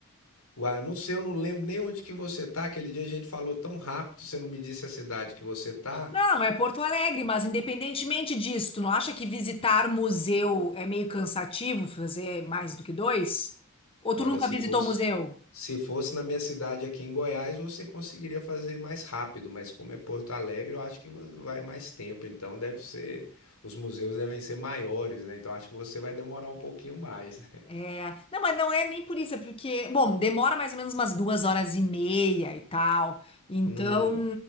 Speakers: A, on the left (about 85°); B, on the left (about 25°).
A: Uai, não sei, eu não lembro nem onde que você tá. Aquele dia a gente falou tão rápido, você não me disse a cidade que você tá.
B: Não, é Porto Alegre, mas independentemente disso, tu não acha que visitar museu é meio cansativo, fazer mais do que dois? Ou
A: Olha,
B: tu nunca
A: se
B: visitou
A: fosse
B: museu?
A: se fosse na minha cidade aqui em Goiás, você conseguiria fazer mais rápido, mas como é Porto Alegre, eu acho que vo- vai mais tempo, então deve ser, os museus devem ser maiores, né? Então acho que você vai demorar um pouquinho mais, né? <laughs>
B: É, não, mas não é nem por isso, é porque, bom, demora mais ou menos umas duas horas e meia e tal. Então,
A: Hum,